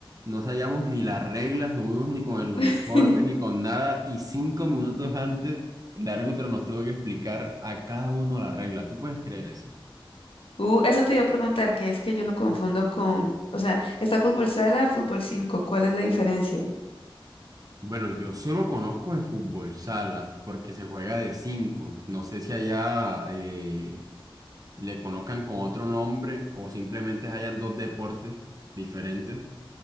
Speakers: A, on the right; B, on the left.
A: no sabíamos ni las reglas, no fuimos ni con el uniforme,
B: <laughs>
A: ni con nada, y cinco minutos antes el árbitro nos tuvo que explicar a cada uno la regla. ¿Tú puedes creer eso?
B: Uh, eso te iba a preguntar, que es que yo lo confundo con, o sea, está fútbol sala, fútbol cinco ¿cuál es la diferencia?
A: Bueno, yo solo conozco de fútbol sala porque se juega de cinco. No sé si allá eh, le conozcan con otro nombre o simplemente hayan dos deportes diferentes.